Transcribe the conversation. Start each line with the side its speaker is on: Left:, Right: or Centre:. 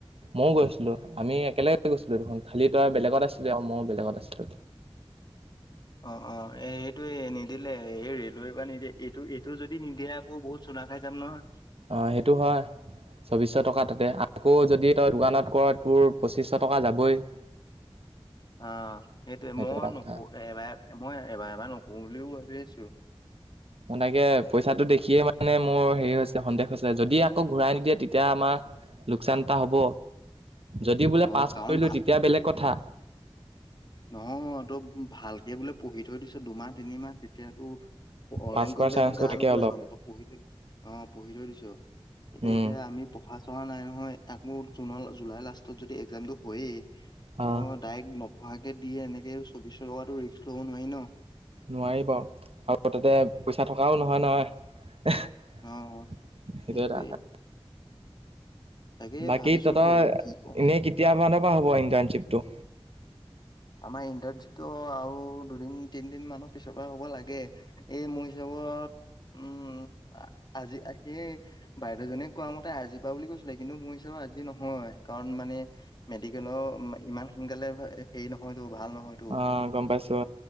Right: ময়ও গৈছিলো, আমি একেলগে গৈছিলোঁ‌ দেখোন, খালি তই বেলেগত আছিলি আৰু ময়ো বেলেগত আছিলো।
Left: অ'-অ', এইটোৱে নিদিলে, এই ৰেলৱে পৰা নিদিয়ে, এইটো-এইটো যদি নিদিয়ে আকৌ কৌ বহুতুু চুঙা খায় যাম নহয়।
Right: অ', সেইটো হয়। চৌবিছশ টকা, তাতে আকৌ যদি তই দোকানত কৰ তোৰ পঁচিছশ টকা যাবই। <inaudible>
Left: অ', সেইটোয়ে
Right: সেইটো
Left: মই
Right: এটা কথা
Left: নকো, এবাৰ মই এবাৰ এবাৰ নকৰো বুলিও ভাবি আছোঁ‌।
Right: তাকে পইচাটো দেখিয়ে মানে মোৰ হেৰি হৈছে, সন্দেহ হৈছে, যদি আকৌ ঘূৰাই নিদিয়ে তেতিয়া আমাৰ লোকচান এটা হ'ব, যদি বোলে
Left: অ
Right: পাছ
Left: কাৰণ
Right: কৰিলোঁ
Left: ভাল
Right: তেতিয়া বেলেগ কথা।
Left: নহ, তই ভালকে বোলে পঢ়ি থৈ দিছ দুমাহ, তিনিমাহ তেতিয়াতো অনলাইন
Right: পাছ কৰাৰ
Left: কৰিবলৈ
Right: চান্সটো
Left: একো গা
Right: থাকে
Left: নোপোৰে
Right: অলপ
Left: মানে, তই পঢ়ি থৈ অ', পঢ়ি থৈ দিছ কিন্তু,
Right: উম
Left: এতিয়া আমি পঢ়া-চহা নাই নহয়, আকৌ জুনৰ লা-জুলাই লাষ্টত যদি একজামটো হয়েই।
Right: অ'।
Left: ত ডাইৰেক্ট নপঢ়াকৈ দিয়ে এনেকৈ চৌবিশ টকাটো ৰিক্স ল'ব নোৱাৰি ন'।
Right: নোৱাৰি বাৰু, আৰু তাতে পইচা থকাও নহয় নহয়। সেইটো
Left: অ সেইটোৱে
Right: এটা কথা।
Left: তাকে
Right: বাকী
Left: ভাবিছো
Right: তহঁতৰ,
Left: কি কওঁ
Right: এনেই কেতিয়া মানৰ পৰা হ'ব ইণ্টাৰণশ্বিপটো?
Left: আমাৰ ইণ্টাৰ্ণশ্বিপতো আৰু দুদিন, তিনদিন মানৰ পিছৰ পৰা হ'ব লাগে। এই মোৰ হিচাপত, উম, আ-আজি আজিয়ে বাইদেউ জনীয়ে কোৱা মতে আজি পা বুলি কৈছিলে, কিন্তু মোৰ হিচাপে আজি নহয় কাৰণ, মানে মেডিকেলৰ ইমান সোনকালে হেৰি নহয়তো, ভাল নহয়।
Right: অ', গ'ম পাইছোঁ,